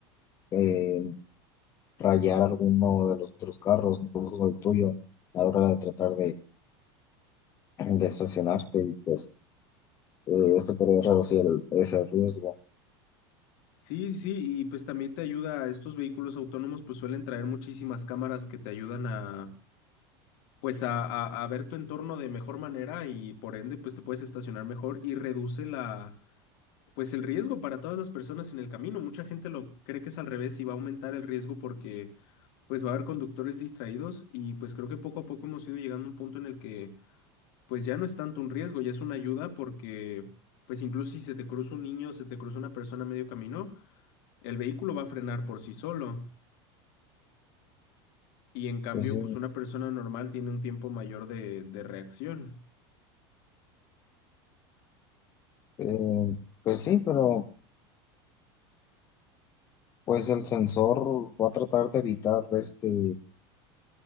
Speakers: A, on the left; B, on the left.
A: eh, rayar alguno de los otros carros, incluso el tuyo, a la hora de tratar de de estacionarte y pues eh, esto podría reducir el- ese riesgo.
B: Sí, sí, y pues también te ayuda, estos vehículos autónomos pues suelen traer muchísimas cámaras que te ayudan a, pues a, a a ver tu entorno de mejor manera y por ende pues te puedes estacionar mejor y reduce la pues el riesgo para todas las personas en el camino. Mucha gente lo cree que es al revés y va a aumentar el riesgo porque pues va a haber conductores distraídos y pues creo que poco a poco hemos ido llegando a un punto en el que pues ya no es tanto un riesgo, ya es una ayuda porque pues incluso si se te cruza un niño, se te cruza una persona a medio camino, el vehículo va a frenar por sí solo y en cambio
A: Pues, sí,
B: pues una persona normal tiene un tiempo mayor de, de reacción.
A: eh, pues sí, pero pues el sensor va a tratar de evitar este,